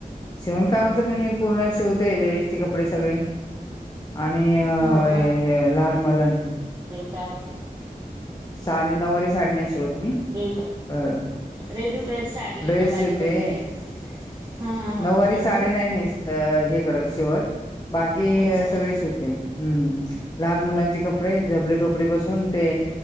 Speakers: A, on the left; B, on the right.
A: शिवणकामाचं पण मी पूर्ण शिवते लेडीजचे कपडे सगळे. आणि अ
B: हो
A: हे हे लहान मुलांचे
B: त्याात
A: साडी नऊवारी साडी नाही शी शिवत मी
B: रेड
A: अ
B: रेड्युटर साडी
A: ड्रेस
B: नवारी
A: शिवते.
B: वगैरे हां हां हां
A: नऊवारी साडे
B: अजून
A: नाही नाही हे करत शेवट बाकी
B: अच्छा
A: सगळे शिवते. हम्म लहान मुलांचे कपडे झपले टोपडी पासून ते